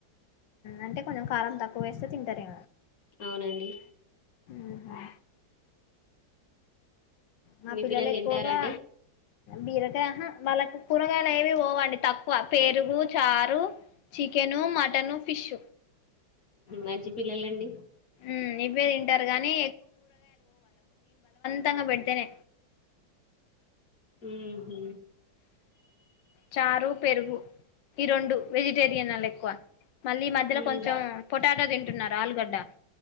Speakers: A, on the left (about 70°); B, on the left (about 45°).
A: అంటే కొంచెం కారం తక్కువ పో వస్తే తింటారే
B: అవునండి
A: హహా మా
B: మీ
A: పిల్లల
B: పిల్లలు
A: ఎక్కువగా
B: తింటారా అండి
A: బీరగా వాళ్ళకు కూరగాయలు ఏవీ పోవండి తక్కువ పెరుగు చారు చికెను మటన్ ఫిష్
B: మంచి పిల్లలండి
A: ఉమ్ ఇవే తింటారు గానీ తంగ పెడుతేనే
B: ఉహు,
A: చారు పెరుగు ఈ రెండు వెజిటేరియన్ వాలు ఎక్కువ మళ్ళీ మధ్యలో
B: ఉమ్,
A: కొంచెం పొటాటా తింటున్నారు ఆలుగడ్డ